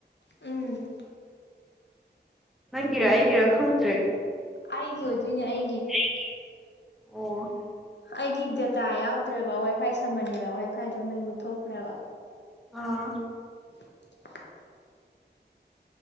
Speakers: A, on the left; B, in the centre.
A: ꯎꯝ꯫
B: ꯅꯪꯒꯤꯔ ꯑꯩꯒꯤꯔꯥ ꯈꯪꯗ꯭ꯔꯦ꯫
A: ꯑꯩꯒꯤ ꯑꯣꯏꯗꯣꯏꯅꯦ ꯑꯩꯒꯤ꯫
B: ꯑꯩꯒꯤ ꯑꫭ꯫
A: ꯑꯩꯒꯤ ꯗꯇꯥ ꯌꯥꯎꯗ꯭ꯔꯦꯕ ꯋꯥꯏ ꯐꯥꯏ ꯁꯝꯕꯅꯦꯕ ꯋꯥꯏ ꯐꯥꯏꯗꯨꯣ ꯃꯩ ꯃꯨꯠꯊꯣꯛꯈ꯭ꯔꯦꯕ꯫
B: ꯑꯥ꯫
A: <unintelligible>